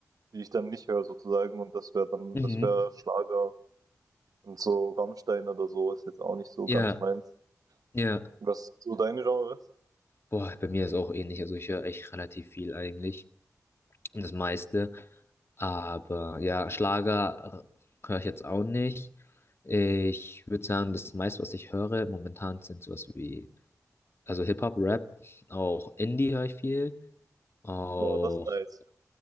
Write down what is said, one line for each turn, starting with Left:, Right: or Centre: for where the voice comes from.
Right: die ich dann nicht höre sozusagen und das wäre dann,
Left: Mhm.
Right: das wäre Schlager und so Rammstein oder so ist jetzt auch nicht so
Left: Ja,
Right: ganz meins.
Left: ja.
Right: Was sind so deine Genres?
Left: Boah, bei mir ist auch ähnlich. Also ich höre echt relativ viel eigentlich. Und das meiste. Aber ja, Schlager höre ich jetzt auch nicht. Ich würde sagen, das meiste, was ich höre momentan, sind sowas wie also Hip-Hop, Rap, auch Indie höre ich viel, auch
Right: Ja, das ist nice.